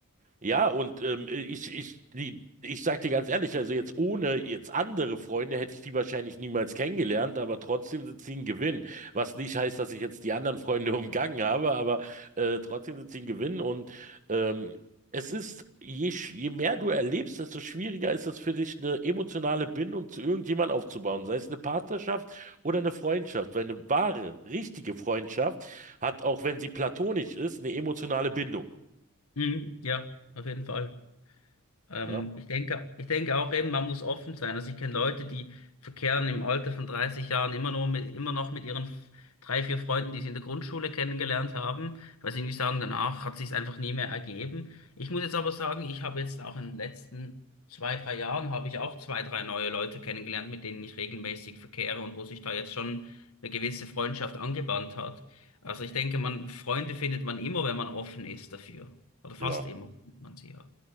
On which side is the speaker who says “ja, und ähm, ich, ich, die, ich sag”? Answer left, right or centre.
Right